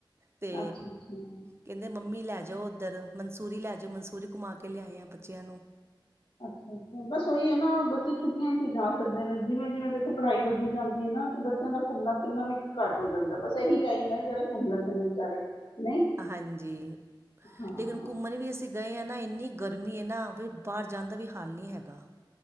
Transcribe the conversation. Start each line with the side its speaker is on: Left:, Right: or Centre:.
Right: ਤੇ
Left: ਅੱਛਾ, ਅੱਛਾ।
Right: ਕਹਿੰਦੇ ਮੰਮੀ ਲੈ ਜਾ। ਜੋ ਉੱਧਰ ਮਨਸੂਰੀ ਲੈ ਜਾਓ ਮਨਸੂਰੀ ਕਮਾ ਕੇ ਲਿਆਏ ਆ ਬੱਚਿਆਂ ਨੂੰ।
Left: ਅੱਛਾ ਅੱਛਾ, ਬਸ ਉਹੀ ਆ ਨਾ ਬੱਚੇ ਛੁੱਟੀਆਂ ਚ ਹੀ ਜਾ ਸਕਦੇ ਨੇ ਜਿਵੇਂ ਜਿਵੇਂ ਦੇਖੋ ਪੜ੍ਹਾਈ ਵੱਧਦੀ ਜਾਂਦੀ ਐ ਨਾ। ਤੇ ਬੱਚਿਆਂ ਦਾ ਘੁੰਮਣਾ ਫਿਰਨਾ ਵੀ ਘੱਟ ਹੋ ਜਾਂਦਾ ਬਸ ਇਹੀ ਟਾਈਮ ਐ ਜਿਹੜਾ ਘੁੰਮ ਲੈਂਦੇ ਨੇ ਵਿਚਾਰੇ ਨਹੀਂ
Right: ਹਾਂਜੀ,
Left: ਹਾਂ
Right: ਲੇਕਿਨ ਘੁੰਮਣ ਵੀ ਅਸੀਂ ਗਏ ਹਾਂ ਨਾ ਇੰਨੀ ਗਰਮੀ ਆ ਨਾ ਵੀ ਬਾਹਰ ਜਾਣ ਦਾ ਵੀ ਹਾਲ ਨਹੀਂ ਹੈਗਾ।